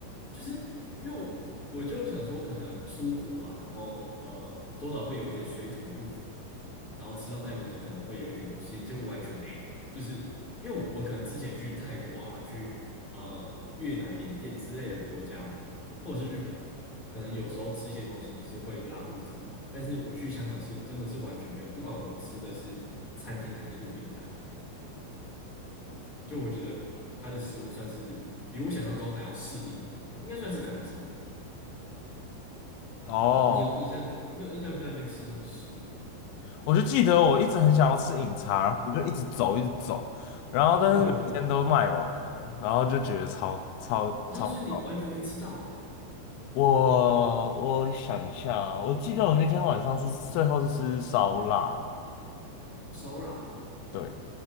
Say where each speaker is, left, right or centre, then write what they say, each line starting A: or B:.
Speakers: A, on the left; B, on the left.
A: 就是因为我我就想说，可能出国嘛，然后呃，多少会有一点水土不服，然后吃到那些东西可能会有一点不适应，结果完全没有，就是因为我我可能之前去泰国啊，去呃越南、缅甸之类的国家，或者是日本，可能有时候吃一些东西就是会拉肚子，但是我去香港是真的是完全没有，不管我吃的是餐厅还是路边摊，就我觉得它的食物算是比我想象中还要适应，应该算是干净的。
B: 哦。
A: 你有印象？你有印象去那边吃什么食物
B: 我就记得我一直很想要吃饮茶，然后我就一直走，一直走，然后但是每天都卖完了，
A: <laughs>
B: 然后就觉得超超超。
A: 啊？所以你完全没吃到哦
B: 我我想一下啊我记得我那天晚上是最后是吃烧腊，
A: 烧肉啊。
B: 对，